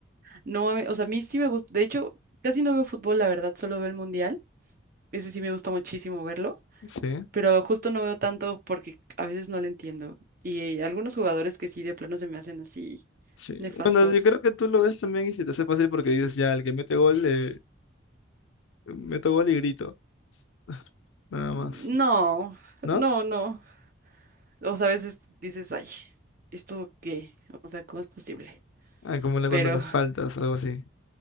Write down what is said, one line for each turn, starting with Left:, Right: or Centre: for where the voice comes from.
Right: No, a mí- o sea, a mí sí me gusta, de hecho, casi no veo fútbol, la verdad, solo veo el mundial. Ese sí me gusta muchísimo verlo,
Left: Sí,
Right: pero justo no veo tanto porque a veces no lo entiendo. Y eh, algunos jugadores que sí de plano se me hacen así
Left: sí.
Right: nefastos
Left: Bueno, yo creo que tú lo ves también y se te hace fácil porque dices, ya, el que mete gol, le meto gol y grito, <laughs> nada
Right: No,
Left: más. ¿No?
Right: no, no. O sea, a veces dices, ay, ¿esto qué? O sea, ¿cómo es posible?
Left: Ah, como la
Right: Pero
Left: cuando las
Right: <laughs>
Left: faltas, algo así.